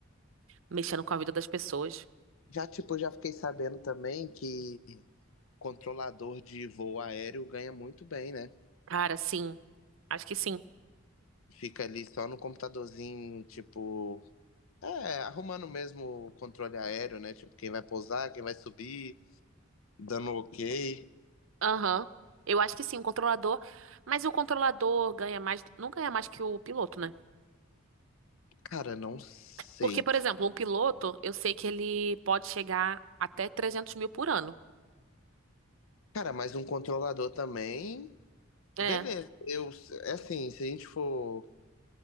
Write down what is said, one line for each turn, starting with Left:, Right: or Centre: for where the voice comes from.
Right: Mexendo com a vida das pessoas.
Left: Já, tipo, já fiquei sabendo também que controlador de voo aéreo ganha muito bem, né?
Right: Cara, sim, acho que sim.
Left: Fica ali só no computadorzinho, tipo, é, arrumando mesmo o controle aéreo, né? Tipo, quem vai pousar, quem vai subir, dando ok.
Right: Aham. Eu acho que sim, o controlador. Mas o controlador ganha mais. Não ganha mais que o piloto, né?
Left: Cara, não sei.
Right: Porque, por exemplo, um piloto, eu sei que ele pode chegar até trezentos mil por ano.
Left: Cara, mas um controlador também,
Right: É.
Left: beleza. Eu, é assim, se a gente for